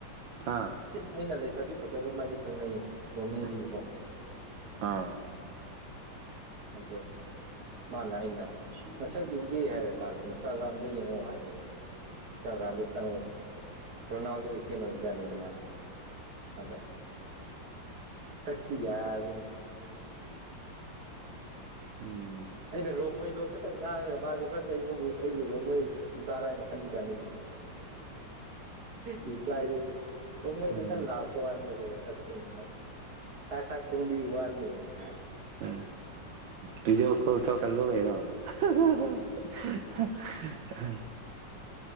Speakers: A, on the right (about 80°); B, on the right (about 55°).
A: ꯑꯥ
B: ꯑꯩꯅ ꯂꯩ ꯄꯁꯕꯤ ꯐꯖꯕ ꯃꯥꯗꯤ ꯈꯪꯅꯩꯌꯦ ꯅꯣꯅꯦꯗꯤꯀꯣ
A: ꯑꯥ
B: ꯑꯗꯣ ꯃꯥꯅꯦ ꯑꯩꯅ ꯉꯁꯥꯏꯒꯤꯡꯒꯤ ꯍꯥꯏꯔ ꯃꯥꯅꯦ ꯏꯟꯁꯇꯥꯒ꯭ꯔꯥꯝꯗ ꯌꯦꯡꯉꯣ ꯍꯥꯏꯕꯒꯤ ꯏꯁꯇꯥꯒ꯭ꯔꯝꯗ ꯆ ꯔꯣꯅꯥꯜꯗꯣ ꯏꯐꯖꯥꯅꯤꯅꯦ ꯃꯥꯁꯨ ꯑꯗꯣ ꯁꯛꯄꯤ ꯌꯥꯅꯤꯅꯦ
A: ꯎꯝ
B: ꯑꯩꯅ ꯔꯣꯡꯃꯩ ꯂꯣꯟ ꯈꯛꯇꯪ ꯉꯥꯡꯈ꯭ꯔꯒ ꯃꯥꯁꯦ ꯐ꯭ꯔꯁꯇ ꯑꯩꯉꯕꯨ ꯑꯩꯕꯨ ꯔꯣꯡꯃꯩ ꯆꯥꯔꯥ ꯍꯥꯏꯅ ꯈꯟꯕ ꯆꯥꯅꯤ ꯏꯥꯏꯁꯨ ꯅꯣꯡꯃꯩꯗ
A: ꯎꯝ
B: ꯑꯝꯇ ꯂꯥꯛꯄ ꯋꯥꯗꯗꯤꯒ ꯑꯁꯦꯡꯩꯅ ꯈꯔ ꯈꯔ ꯈꯪꯕꯤ ꯋꯥꯅꯤꯌꯦꯅ ꯍꯥꯏ
A: ꯎꯝ ꯄꯤꯖꯧ ꯀꯣ ꯏꯇꯥꯎ <unintelligible> <unintelligible>